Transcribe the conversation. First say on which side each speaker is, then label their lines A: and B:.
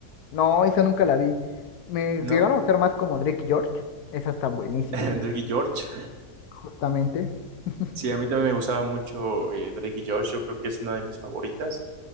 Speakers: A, on the left; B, on the right.
A: No, esa nunca la vi. Me
B: ¿No?
A: llegaron a gustar más como Drake y George. Esa está buenísima,
B: <laughs> Drake y George.
A: justamente. <laughs>
B: Sí, a mí también me gustaba mucho eh, Drake y George. Yo creo que es una de mis favoritas.